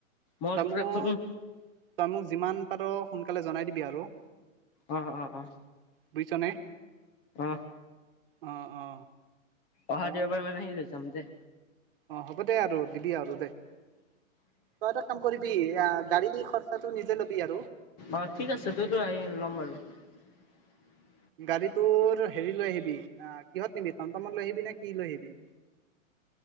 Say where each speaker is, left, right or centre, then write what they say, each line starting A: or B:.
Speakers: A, on the left (about 25°); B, on the right (about 40°).
A: মই
B: তই
A: তোৰ
B: মোক
A: এখন
B: তই মোক যিমান পাৰ সোনকালে জনাই দিবি আৰু।
A: অ' অ' অ'।
B: বুজিছ নে?
A: অ
B: অ' অ'।
A: অহা
B: মই
A: দেওবাৰে
B: মান
A: মানে সি লৈ যাম দে।
B: অ', হ'ব দে আৰু দিবি আৰু দে। তই এটা কাম কৰিবি, গাড়ী খৰচাটো নিজে ল'বি আৰু।
A: অ', ঠিক আছে তোৰতো আহি ল'ম বাৰু। <inaudible>
B: গাড়ীতোৰ হেৰি লৈ আহিবি, কিহত নিবি, টমটমত লৈ আহিবি নে, কি লৈ আহিবি?